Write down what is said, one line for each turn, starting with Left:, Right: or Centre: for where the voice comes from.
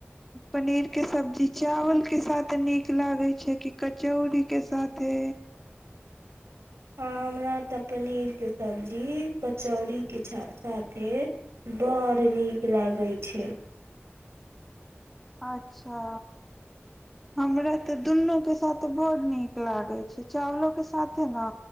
Centre: पनीर के सब्जी चावल के साथ नीक लागै छै कि कचौड़ीके साथे
Right: हँ हमरा तऽ पनीरके सब्जी कचौड़ीके साथे बड़ नीक लागै छै
Centre: अच्छा हमरा तऽ दुनू के साथे बड़ नीक लागे छै चावलो के साथे ने